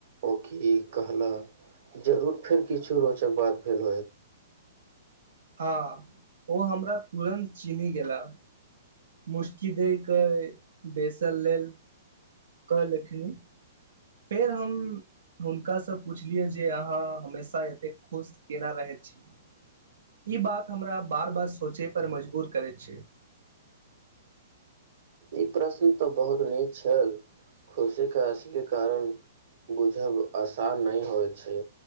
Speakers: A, on the right; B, on the right.
A: ओ की कहल जरूर फेर किछो रोचक बात भेल
B: हँ ओ हमरा तुरन्त चीनहि गेला मुसकी दे क बेसल लेल कहलखिन फेर हम हुनकासँ पुछलियै जे अहाँ हमेशा एते खुश केना रहैत छी ई बात हमरा बार बार सोचय पर मजबूर करैत छै
A: ई प्रश्न तऽ बहुत नीक छल खुशीक के असली कारण बुझब आसान नहि होइ छै